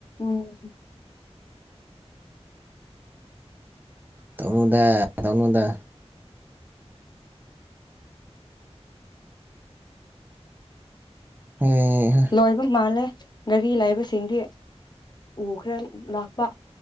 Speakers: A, on the left; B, on the right.
A: ꯎꯝ
B: ꯇꯧꯅꯨꯗ ꯇꯧꯅꯨꯗ ꯍꯦ ꯍꯥ
A: ꯂꯣꯏꯕ ꯃꯥꯜꯂꯦ ꯒꯥꯔꯤ ꯂꯩꯕꯁꯤꯡꯗꯤ ꯎꯈ꯭ꯔꯦ ꯂꯥꯛꯄ